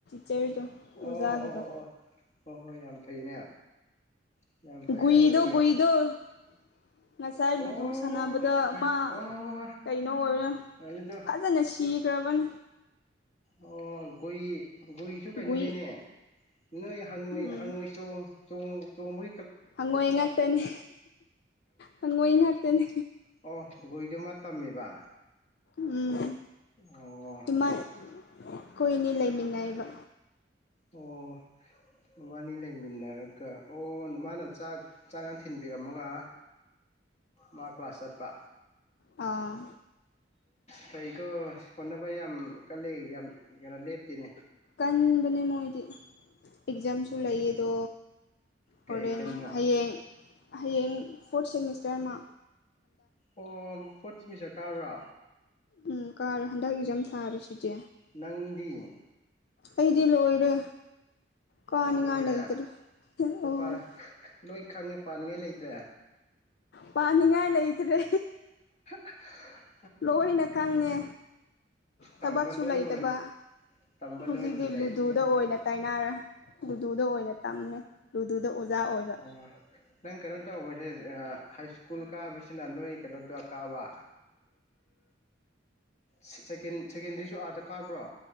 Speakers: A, on the left (about 60°); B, on the left (about 35°).
A: ꯆꯦꯔꯤ ꯇꯣ
B: ꯑꯣ ꯑꯣ
A: ꯎꯖꯒꯤꯗꯣ
B: ꯑꯣ ꯑꯣ ꯍꯣꯏ ꯍꯣꯏ ꯌꯥꯝ ꯐꯩꯅꯦ ꯌꯥꯝ ꯐꯩ
A: ꯒꯨꯨꯏꯗꯣ
B: ꯑꯗꯨ ꯂꯣꯏꯔꯦ
A: ꯒꯨꯏꯗꯣ ꯉꯁꯥꯏ
B: ꯑꯣ
A: ꯂꯨꯗꯨ ꯁꯥꯟꯅꯕꯗ
B: ꯍꯣꯏ
A: ꯃꯥ
B: ꯍꯣꯏ ꯍꯣꯏ
A: ꯀꯩꯅꯣ ꯑꯣꯏꯔ
B: ꯍꯣꯏ ꯑꯗꯨꯗꯣ
A: ꯐꯖꯅ ꯁꯤ ꯗꯔꯥꯕꯟ
B: ꯑꯣ ꯒꯨꯏ ꯒꯨꯏꯁꯨ ꯀꯩꯅꯣꯅꯤꯅꯦ
A: ꯒꯨꯏ
B: ꯅꯣꯏ ꯍꯥꯡꯉꯣꯏ
A: ꯎꯝ
B: ꯍꯥꯡꯉꯣꯏ ꯆꯣ ꯆꯣꯡ ꯆꯣꯡꯕ
A: ꯍꯪꯉꯣꯏ ꯉꯥꯛꯇꯅꯤ ꯍꯪꯉꯣꯏ ꯉꯥꯛꯇꯅꯤ
B: ꯑꯣ ꯒꯣꯏꯗꯨ ꯃꯥ ꯇꯝꯃꯤꯕ
A: ꯎꯝ
B: ꯑꯣ
A: ꯇꯃ ꯀꯅ ꯃꯤ ꯑꯅꯤ ꯂꯩꯃꯤꯟꯅꯩꯕ
B: ꯑꯣ ꯅꯕꯥꯅꯤ ꯂꯩꯃꯤꯟꯅꯔꯒ ꯑꯣ ꯃꯥꯅ ꯆꯥꯛ ꯆꯥꯒꯥꯡ ꯊꯤꯟꯕꯤꯔꯝꯃꯒ ꯂꯥꯛ ꯀ꯭ꯂꯥꯁ ꯆꯠꯄ
A: ꯑꯥ
B: ꯐꯩꯀꯣ ꯍꯣꯠꯅꯕ ꯌꯥꯝ ꯃꯨꯛꯀ ꯂꯩꯔꯗꯤ ꯌꯥꯝ ꯌꯥꯝꯅ ꯂꯦꯞꯇꯦꯅꯦ
A: ꯀꯟꯕꯅꯦ ꯃꯣꯏꯗꯤ ꯑꯦꯛꯖꯥꯝꯁꯨ
B: ꯎꯝ
A: ꯂꯩꯌꯦꯗꯣ
B: ꯀꯩ
A: ꯍꯣꯔꯦꯟ
B: ꯑꯦꯛꯖꯥꯝꯅꯣ
A: ꯍꯌꯦꯡ ꯍꯌꯦꯡ ꯐꯣꯔ ꯁꯦꯃꯤꯁꯇꯔ ꯑꯃ
B: ꯑꯣ ꯐꯣꯔꯠ ꯁꯦꯃꯤꯁꯇꯔ ꯀꯥꯕ꯭ꯔ
A: ꯎꯝ ꯀꯥꯔꯦ ꯍꯟꯗꯛ ꯏꯛꯖꯥꯝ ꯊꯥꯔꯤꯁꯤꯗꯤ
B: ꯅꯪꯗꯤ
A: ꯑꯩꯗꯤ ꯂꯣꯏꯔꯦ ꯀꯥꯅꯤꯡꯉꯥꯏ
B: ꯑꯣ ꯂꯣꯏꯔꯦ
A: ꯂꯩꯇ꯭ꯔꯦ
B: ꯑꯣ
A: ꯑꯣ
B: ꯄꯥ ꯂꯣꯏ ꯈꯪꯉꯦ ꯄꯥꯅꯤꯡꯉꯥꯏ ꯂꯩꯇ꯭ꯔꯦ
A: ꯄꯥꯅꯤꯡꯉꯥꯏ ꯂꯩꯇ꯭ꯔꯦ
B: <unintelligible>
A: ꯂꯣꯏꯅ ꯈꯪꯉꯦ ꯊꯕꯛꯁꯨ
B: ꯇꯝꯕ ꯂꯣꯏ
A: ꯂꯩꯇꯕ
B: ꯂꯣꯏ ꯇꯝꯕ ꯂꯣꯏ
A: ꯍꯨꯖꯤꯛꯇꯤ
B: ꯂꯩ
A: ꯂꯨꯗꯨꯗ
B: ꯂꯣꯏ
A: ꯑꯣꯏꯅ
B: ꯂꯩꯔꯦꯕ
A: ꯇꯥꯏꯅꯔꯦ ꯂꯨꯗꯨꯗ ꯑꯣꯏꯅ ꯇꯝꯃꯦ ꯂꯨꯗꯨꯗ ꯑꯣꯖꯥ ꯑꯣꯏꯕ
B: ꯑꯣ ꯅꯪ ꯀꯩꯅꯣ ꯇꯧꯕꯩ ꯍꯦꯖ ꯑꯥ ꯍꯥꯏꯁ꯭ꯀꯨꯜ ꯀꯥꯕꯁꯤꯅ ꯅꯣꯏ ꯀꯩꯅꯣꯗ ꯀꯥꯕ ꯁꯤꯛ ꯁꯦꯀꯦꯟ ꯁꯦꯀꯦꯟꯗ꯭ꯔꯤꯁꯨ ꯑꯥꯗ ꯀꯥꯕ꯭ꯔꯣ